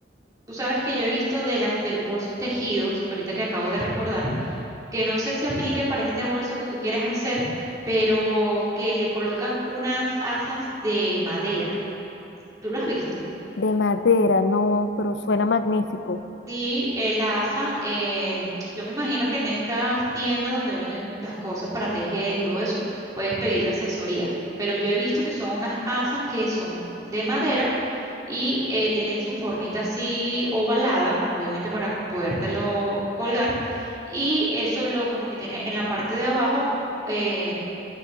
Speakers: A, on the right (about 20°); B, on the left (about 70°).
A: tú sabes que yo he visto de las de los bolsos tejidos, ahorita que acabo de recordar, que no sé si aplique para este bolso que tú quieres hacer, pero que le colocan unas asas de madera. ¿Tú lo has visto?
B: De madera, no, pero suena magnífico.
A: Sí, el asa, eh, yo me imagino que en estas tiendas donde venden las cosas para tejer y todo eso, puedes pedir la asesoría, pero yo he visto que son unas asas que son de madera y eh, tienen su formita así ovalada, obviamente para podértelo colgar, y eso lo como que tiene en la parte de abajo eh,